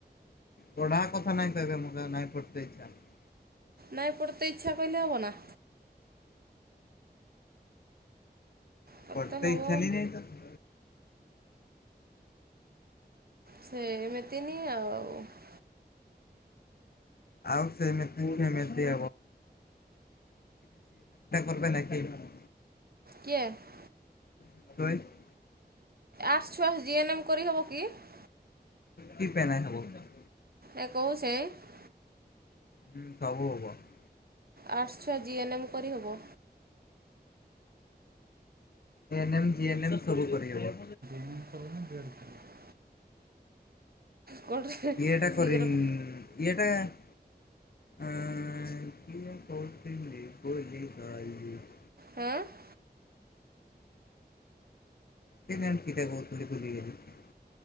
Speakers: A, on the left; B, on the right.
A: ପଢା କଥା ନାଇଁ କହିବେ ମୁ ନାଇଁ ପଢେ ଇ୍ଛା <unintelligible>
B: ନାଇଁ ପଢ଼ତେ ଇଚ୍ଛା କହିଲେ ହବ ନା? ପଢ଼ତେ
A: ପଟତ
B: ହବ
A: ଇ୍ଛା ନା ନଁ ତ <unintelligible>
B: ସେ ଏମିତିନି ଆଉ <unintelligible>
A: ଆଉ ସେମତିମଆବ ନେମଟା କରିବ ନକି <unintelligible>
B: କଏ <unintelligible>
A: କହିଏ <unintelligible>
B: ଆର୍ସ ଛଅସ ଜି ଏନ୍ ଏମ୍ କରି ହେବ କି <unintelligible>
A: କି ପେ ନାଇ ହବ <unintelligible>
B: ଏ କହୁଛ <unintelligible>
A: ହୁଁ ହବ ହବ <unintelligible>
B: ଆର୍ଟସ୍ ଛୁଆ ଜି ଏନ୍ ଏମ୍ କରିହବ?
A: A N M G N M ସବୁ କରିହବ।
B: ମ ଦେକାରି <unintelligible> କୋଉଠି
A: ଇଏଟା
B: ଶୀଘ୍ର
A: କର ଇଏଟା <unintelligible> ଆ କିଏ କହୁି ଭଲି ଗ <unintelligible>
B: ହଁ <unintelligible>
A: ସେ ଟା କହୁଥିଲଛନ୍ତି ବୁଝିକଲି <unintelligible>